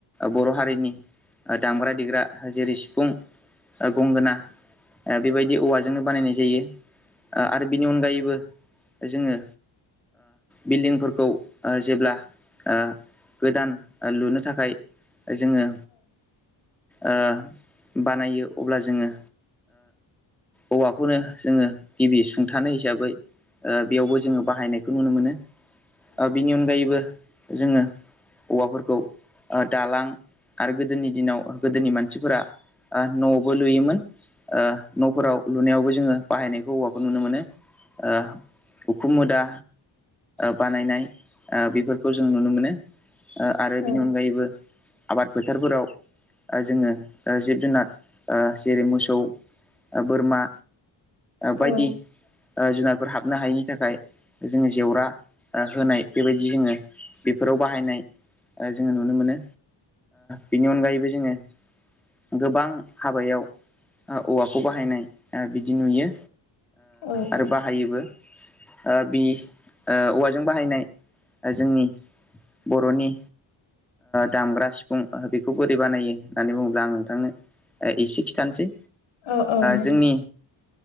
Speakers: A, in the centre; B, on the left.
A: बर' हारिनि दामग्रा देग्रा जेरै सिफुं गंगोना बेबायदि औवाजोंनो बानायनाय जायो आरो बिनि अनगायैबो जोङो बिल्डिंफोरखौ जेब्ला ओ गोदान लुनो थाखाय जोङो ओ बानायो अब्ला जोङो औवाखौनो जोङो गिबि सुं हथानो हिसाबै बेयावबो जोङो बाहायनायखौ नुनो मोनो बिनि अनगायैबो जोङो औवाफोरखौ दालां आरो गोदोनि दिनाव गोदोनि मानसिफोरा न'आवबो लुयोमोन न'फोराव लुनायावबो जोङो बाहायनायखौ औवाखौ नुनो मोनो उखुमोदा बानायनाय बेफोरखौ जों नुनो मोनो आरो
B: औ
A: बेनि अनगायैबो आबाद फोथारफोराव जोङो जिब जुनार जेरै मोसौ बोरमा
B: औ
A: बायदि
B: औ
A: जुनारफोर हाबनो हायैनि थाखाय जोङो जेवरा होनाय बेबायदि जोङो बेफोराव बाहायनाय जोङो नुनो मोनो बेनि अनगायैबो जोङो गोबां हाबायाव औवाखौ बाहायनाय बिदि नुयो
B: औ औ
A: आरो बाहायोबो बि औवाजों बाहायनाय जोंनि बर'नि दामग्रा सिफुं बेखौ बोरै बानायो होननानै बुङोब्ला आं नोंथांनो एसे खिथानोसै
B: औ औ नोंथां
A: जोंनि